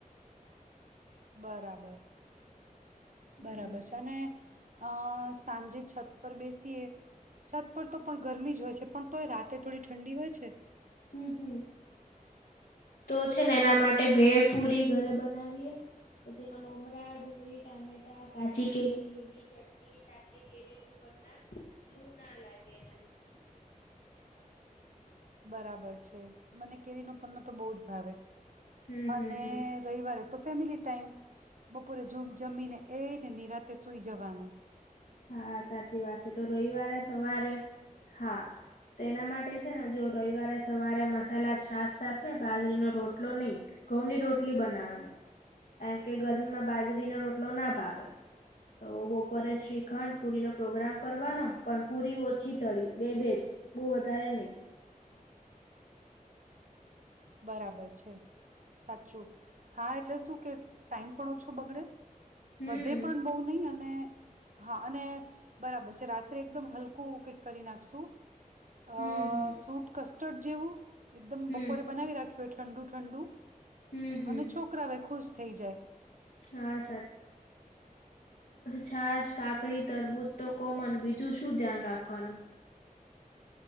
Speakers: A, on the right (about 60°); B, on the left (about 70°).
A: બરાબર.
B: હમ
A: બરાબર છે અને અ સાંજે છ. પર બેસીએ, છત પર તો પણ ગરમી જ હોય છે પણ તો એ રાતે થોડી ઠંડી હોય છે.
B: હમ હમ તો છે ને એના માટે ભળ પુરી ઘરે બનાવીએ તો જેમાં મમરા ડુંગળી ટામેટા કાચી કેરી લીલી ચટણી સાથે કેરીનુંું પના. લૂ ના લાગે એના લીધે.
A: બરાબર છે મને કેરીનો પ ન તો બહુ જ ભાવે.
B: હમ
A: અને
B: હમ હમ
A: રવવારે તો ફેમિલી ટાઈમ બપોરે જમ. જમીને એઈ ને નિનીરાતે સુઈ જવાનું.
B: હા સાચી વાત છે તો રવિવારે સવારે હા તો એના માટે. છે જો રવિવારે સવારે મસાલા છાસ સાથે બાજરીનો રોટલો નહી ઘઉંની રોટલી બનાવાની કારણ કે ગરમીમાં બાજરીનો રોટલો ના ભાવે તો બહપરે. ખંડ પુરી નો પ્રોગ્રામ કરવાનો પણ પુરી ઓછી તળીય બે બેજ બહ વધારે નહી.
A: બરાબર છે સાચું હા એટલે શું કે ટાઈમ પણ ઓછો બગડે.
B: હમ
A: વધે પણ બહ નહીિ અને હા અને બરાબર છે રાત્રે એકદમ હલકું કેક કરી નાખશું.
B: હમ
A: અ
B: હમ
A: ફ્રૂટ કસ્ટર્ડ જેવું એકદમપ.
B: હમ
A: બોરે બનાવી રાખ્યું હોય ઠંડુ ઠંડુ
B: હમ હમ
A: અને છોકરા હવે ખુશ થઈ જાય.
B: હા છાસ કાકડી તરબૂદ તો કોમન બીજું શું ધ્યાન રાખવાનું.